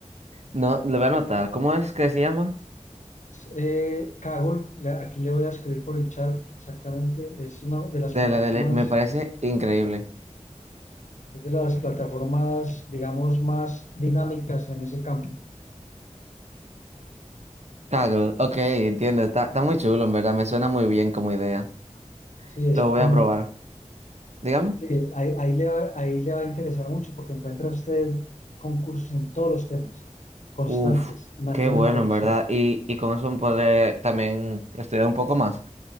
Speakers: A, on the right; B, on the left.
A: No, lo voy a anotar. ¿Cómo es que se llama?
B: Eh, Kaggle, la- aquí le voy a escribir por el chat exactamente, es una de las
A: Dele,
B: plataformas
A: dele. Me parece increíble.
B: Es de las plataformas, digamos, más dinámicas en ese campo.
A: Kaggle. Ok, entiendo. Está, está muy chulo, en verdad. Me suena muy bien como idea.
B: Sí,
A: Lo
B: exactamente.
A: voy a probar. Dígame.
B: Sí, ahí, ahí le va, ahí le va a interesar mucho porque encuentra usted concursos en todos los temas, constantes,
A: Uf,
B: y mantiene
A: qué bueno,
B: actualizado.
A: en verdad. Y, y con eso podré también estudiar un poco más.